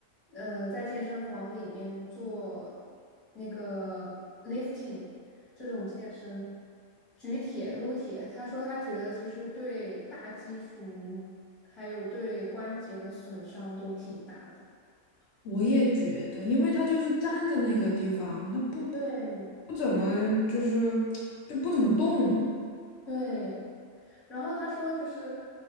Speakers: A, in the centre; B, on the left (about 60°).
A: 呃在健身房里面做那个 lifting 这种健身，举铁、撸铁，他说他觉得其实对大肌群还有对关节的损伤都挺大的。
B: 我也觉得，因为他就是站在那个地方，他不
A: 对
B: 不怎么就是就不怎么动
A: 对，然后他说，就是